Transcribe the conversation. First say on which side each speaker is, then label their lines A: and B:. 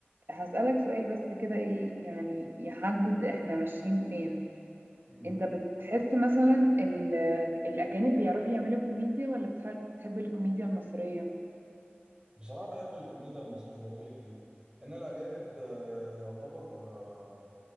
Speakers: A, on the right; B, on the right.
A: هسألك سؤال بس كده ايه يعني يحدد احنا ماشيين فين
B: مم.
A: انت بتحس مثلا ال- الاجانب بيعرفوا يعملوا كوميديا ولا بتحب, بتحب الكوميديا المصرية
B: بصراحة بحب الكوميديا المصرية أقول لك ليه لأن الأجانب آه، يعتبر آه،